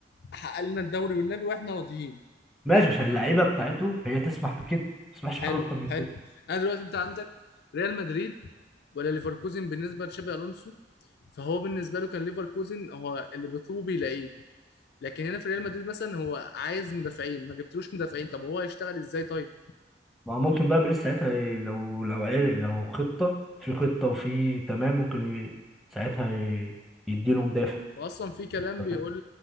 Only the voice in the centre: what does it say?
ماشي عشان اللعيبه بتاعته هي تسمح بكده ما تسمحش
بحاجه اكتر من
كده
ما هو ممكن بقى بيريز ساعتها ي- لو لو عرق لو خطه في خطه وفي تمام ممكن ي- ساعتها ي- يديله مدافع
أنت
فاهم